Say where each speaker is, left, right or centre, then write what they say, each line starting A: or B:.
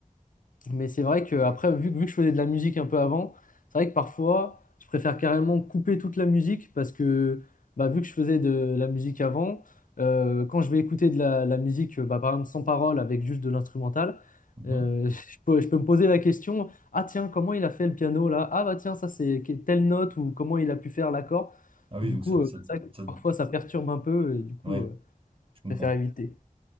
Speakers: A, on the left; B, on the right.
A: mais c'est vrai que après, vu, que- vu que je faisais de la musique un peu avant, c'est vrai que parfois, je préfère carrément couper toute la musique parce que bah, vu que je faisais de la musique avant, euh, quand je vais écouter de la, la musique, euh, bah, par exemple sans parole, avec juste de l'instrumental,
B: Mhm.
A: euh, <laughs> je peux, je peux me poser la question, ah tiens, comment il a fait le piano là? Ah bah tiens, ça c'est que- telle note ou comment il a pu faire l'accord.
B: Ah oui,
A: Du
B: donc
A: coup,
B: ça,
A: euh,
B: ça,
A: c'est vrai que
B: ça
A: parfois ça perturbe un peu et du coup,
B: ouais,
A: euh,
B: je
A: je
B: comprends.
A: préfère éviter.